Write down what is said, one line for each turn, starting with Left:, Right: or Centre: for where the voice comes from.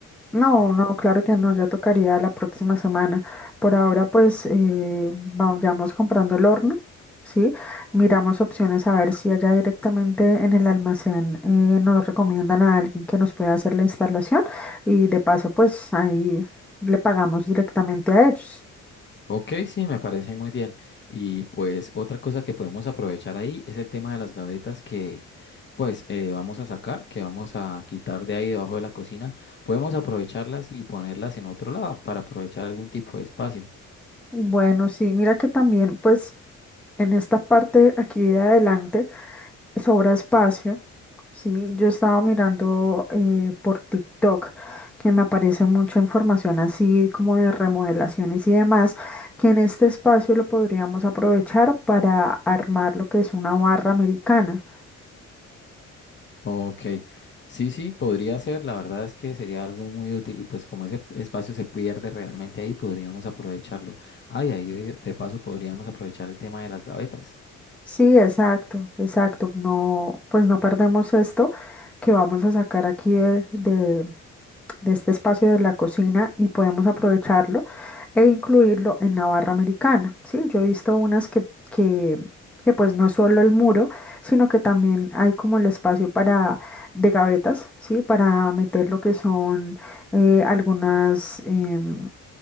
Centre: No,
Left: Sí.
Centre: no, claro que no, ya tocaría la próxima semana. Por ahora, pues eh, vayamos comprando el horno, ¿sí? Miramos opciones a ver si allá directamente en el almacén eh, nos recomiendan a alguien que nos pueda hacer la instalación y de paso, pues ahí le pagamos directamente a ellos.
Left: Ok, sí, me parece muy bien. Y pues otra cosa que podemos aprovechar ahí es el tema de las gavetas que pues eh, vamos a sacar, que vamos a quitar de ahí debajo de la cocina. Podemos aprovecharlas y ponerlas en otro lado para aprovechar algún tipo de espacio.
Centre: Bueno, sí, mira que también, pues en esta parte aquí de adelante sobra espacio. Sí, yo estaba mirando eh, por TikTok que me aparece mucha información así como de remodelaciones y demás, que en este espacio lo podríamos aprovechar para armar lo que es una barra americana.
Left: Ok, sí, sí, podría ser. La verdad es que sería algo muy útil y pues como ese espacio se pierde realmente ahí, podríamos aprovecharlo. Ay, ahí de de paso podríamos aprovechar el tema de las gavetas.
Centre: Sí, exacto, exacto. No, pues no perdemos esto que vamos a sacar aquí de, de- de este espacio de la cocina y podemos aprovecharlo e incluirlo en la barra americana. Sí, yo he visto unas que, que, que pues no es solo el muro, sino que también hay como el espacio para de gavetas, sí, para meter lo que son eh, algunas em,